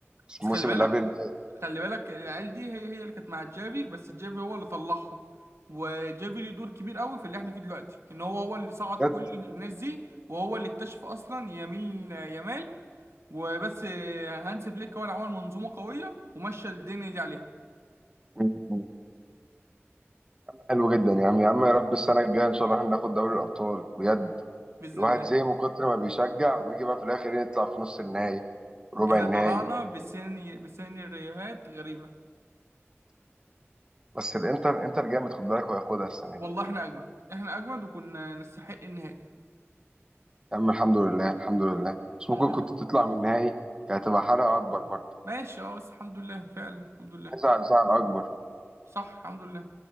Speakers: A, on the right (about 70°); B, on the right (about 20°).
A: بس
B: الموسم
A: خلي بالك
B: اللي قبل اللي فات
A: خلي بالك العيال دي هي هي اللي كانت مع جافي بس جافي هو اللي طلعهم وجافي ليه دور كبير قوي في اللي احنا فيه دلوقتي ان هو هو اللي صعد
B: كانت
A: كل الناس دي وهو اللي اكتشف اصلا يمين يمال وبس هانس فليك هو اللي عمل منظومة قوية ومشى الدنيا دي عليها
B: م- م- حلو جدا يا عم يا عم يا رب السنه الجايه ان شاء الله احنا ناخد دوري الابطال بجد
A: بإذن
B: الواحد
A: الله
B: زي من كتر ما بيشجع ويجي بقى في الاخر يطلع في نص النهائي ربع
A: احنا
B: النهائي
A: طلعنا بسيني بسيناريوهات غريبة
B: بس الانتر انتر جامد خد بالك وهياخدها السنه
A: والله
B: دي
A: احنا اجمد احنا اجمد وكنا نستحق النهائي
B: يا عم الحمد لله الحمد لله بس ممكن
A: الحمد لله
B: كنت تطلع من النهائي كانت هتبقى حرقه اكبر برضه
A: ماشي اه بس الحمد لله فعلا الحمد لله
B: زعل زعل اكبر
A: صح الحمد لله